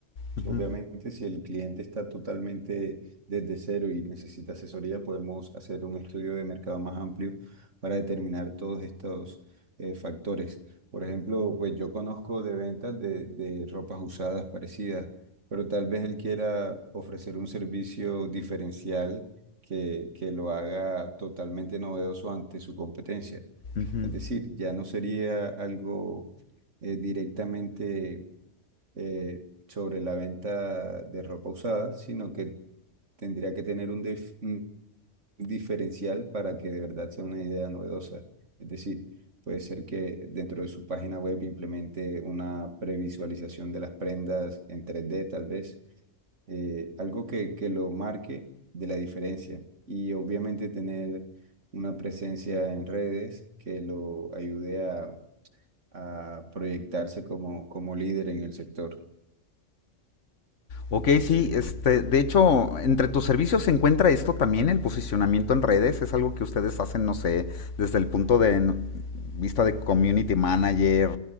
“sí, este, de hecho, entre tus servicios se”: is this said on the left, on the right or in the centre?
Left